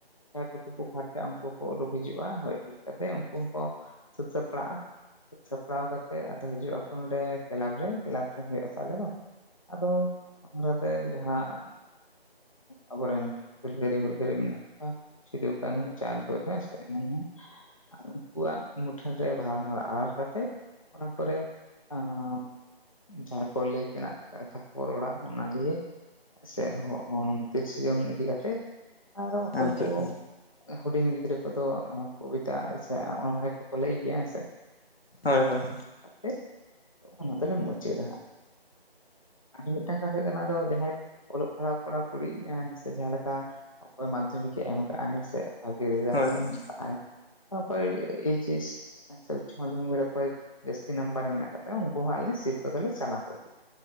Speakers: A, on the left; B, on the left.
A: ᱮᱸ ᱛᱳᱯᱳ ᱯᱷᱟᱨᱪᱟᱜ ᱼᱟ -- ᱳᱱᱠᱳ ᱠᱚ ᱳᱰᱳᱠ ᱦᱤᱡᱩᱜᱼᱟ, ᱦᱳᱭ ᱠᱟᱛᱮ ᱩᱱᱠᱩ ᱦᱚᱸᱠᱚ ᱥᱟᱹᱛ ᱥᱟᱯᱲᱟᱜᱼᱟ ᱾ ᱥᱟᱯᱲᱟᱣ ᱠᱟᱛᱮ ᱟᱫᱚ ᱦᱤᱡᱩᱜ ᱟᱠᱚ ᱱᱚᱰᱮ ᱠᱞᱟᱵᱽ ᱨᱮ ᱠᱞᱟᱵᱽ ᱴᱷᱮᱱ ᱦᱳᱭᱳᱜᱼᱟ ᱛᱚ ᱟᱞᱮ ᱫᱚ ᱾ ᱟᱫᱚ ᱚᱱᱟ ᱠᱟᱛᱮ ᱡᱟᱦᱟᱸ ᱟᱵᱚ ᱨᱮᱱ <unintelligible> ᱢᱮᱱᱟᱜ ᱠᱚᱣᱟ ᱥᱤᱫᱩ ᱠᱟᱹᱱᱩ, ᱪᱟᱸᱫᱽ, ᱵᱷᱚᱭᱨᱳᱵ ᱦᱮ ᱥᱮ ᱮᱢ ᱩᱱᱠᱩᱣᱟᱜ ᱢᱩᱴᱷᱟᱹᱱ ᱨᱮ ᱵᱟᱦᱟ ᱢᱟ ᱟᱨ ᱠᱟᱛᱮᱜ, ᱚᱱᱟ ᱯᱚᱨᱮ ᱟᱸ ᱡᱟᱦᱟᱸ ᱠᱚ ᱞᱟᱹᱭ ᱛᱮᱱᱟᱜ ᱠᱟᱛᱷᱟ ᱠᱚ ᱨᱚᱲᱟ ᱚᱱᱟ ᱫᱤᱭᱮ ᱥᱮ <unintelligible> ᱛᱤᱨᱤᱥᱟ ᱡᱩᱱ ᱤᱫᱤ ᱠᱟᱛᱮᱫ ᱟᱨ
B: ᱟᱪᱪᱷᱟ
A: ᱦᱚ ᱚᱠᱚᱭ ᱠᱚ
B: ᱟᱪᱪᱷᱟ
A: ᱦᱩᱰᱤᱧ ᱜᱤᱫᱽᱨᱟᱹ ᱠᱚᱫᱚ ᱠᱚᱵᱤᱛᱟᱜᱼᱟ ᱥᱮ ᱚᱱᱚᱲᱦᱮ ᱠᱚᱠᱚ ᱞᱟᱹᱭ ᱜᱮᱭᱟ ᱥᱮ,
B: ᱦᱳᱭ ᱦᱳᱭ,
A: ᱟᱛᱮᱫ ᱚᱱᱟ ᱫᱚᱞᱮ ᱢᱩᱪᱟᱹᱫ-ᱟ ᱦᱟᱸᱜ, ᱟᱨ ᱢᱤᱫᱴᱟᱱ ᱠᱟᱛᱷᱟ ᱦᱩᱭᱩᱜ ᱠᱟᱱᱟ ᱡᱟᱦᱟᱸᱭ ᱚᱞᱚᱜ ᱯᱟᱲᱦᱟᱜ ᱠᱚᱲᱟ ᱠᱩᱲᱤ ᱥᱮ ᱡᱟᱦᱟᱸᱮᱠᱟ ᱚᱠᱚᱭ ᱢᱟᱫᱽᱫᱚᱢᱤᱠᱮ ᱮᱢᱠᱟ ᱦᱮᱸ ᱥᱮ <unintelligible>
B: ᱦᱳᱭ ᱦᱳᱭ
A: ᱚᱠᱚᱭ ᱮᱭᱤᱪ ᱮᱥ ᱢᱟᱫᱷᱚᱢᱤᱠ ᱨᱮ ᱚᱠᱚᱭ ᱡᱟᱹᱥᱛᱤ ᱱᱟᱢᱵᱟᱨ ᱨᱮ ᱢᱮᱱᱟᱜ ᱠᱟᱛᱭᱟ ᱩᱱᱠᱩ ᱦᱚᱸ ᱟᱞᱮ ᱥᱤᱨᱯᱟᱹ ᱫᱚᱞᱮ ᱪᱟᱞ ᱠᱚᱜᱮᱭᱟ᱾